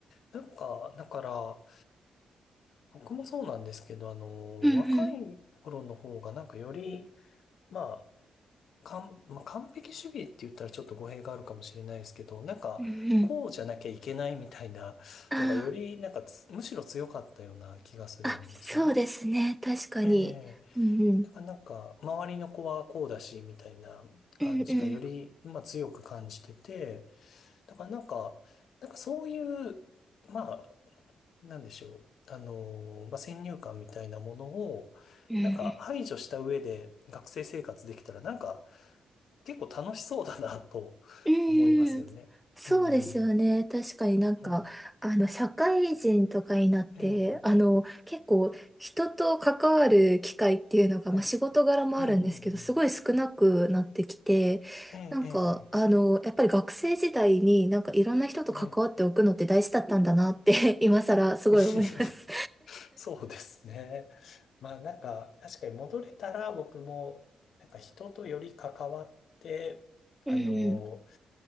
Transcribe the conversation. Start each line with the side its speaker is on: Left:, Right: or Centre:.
Left: なんか、だから、僕もそうなんですけど、あの、
Centre: うんうん
Left: 若い頃の方がなんかより、まあ、完、まあ、完璧主義って言ったらちょっと語弊があるかもしれないですけど、なんか、
Centre: うんうん
Left: こうじゃなきゃいけないみたいなのがより、
Centre: あ
Left: なんかつむしろ強かったような気がするんですよね。
Centre: あ、あ、そうですね。確かに。
Left: ええ。
Centre: うんうん。
Left: だからなんか、周りの子はこうだし、みたいな感じがより、
Centre: うんうん
Left: まあ強く感じてて、だからなんか、なんかそういう、まあ、なんでしょう。あのー、まあ、先入観みたいなものを、
Centre: うんうん
Left: なんか排除した上で学生生活できたら、なんか結構楽しそうだなと思いますよね。
Centre: うん、そうですよね。
Left: うん。う
Centre: 確かになんか、
Left: ん。
Centre: あの、社会人とかになって、
Left: ええ。
Centre: あの、結構人と関わる機会っていうのが、
Left: はい。
Centre: まあ、仕事柄もあるんですけど、
Left: うんうんうん。
Centre: すごい少なくなってきて、
Left: ええ、
Centre: なんか、
Left: ええ、
Centre: あの、やっぱり学生時代になんかいろんな人と関わっておくのって大事だったんだなって、
Left: ええはい。
Centre: <laughs> 今更すごい思います。
Left: <laughs> そうですね。まあなんか、確かに戻れたら僕も、なんか人とより関わって、
Centre: <laughs> うんうん、
Left: あのー、